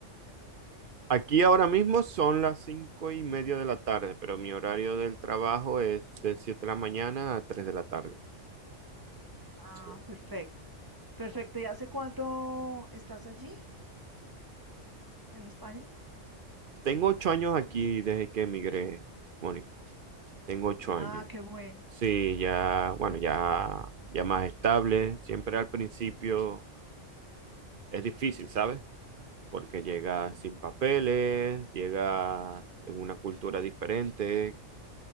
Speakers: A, on the right; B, on the right.
A: Aquí ahora mismo son las cinco y media de la tarde, pero mi horario del trabajo es de siete de la mañana a tres de la tarde.
B: Ah,
A: Sí.
B: perfecto. Perfecto. ¿Y hace cuánto estás allí en España?
A: Tengo ocho años aquí desde que emigré, Mónica. Tengo ocho
B: Ah,
A: años.
B: qué bueno.
A: Sí, ya,
B: Bueno,
A: bueno, ya, ya más estable. Siempre al principio es difícil, ¿sabes? porque llega sin papeles, llega en una cultura diferente,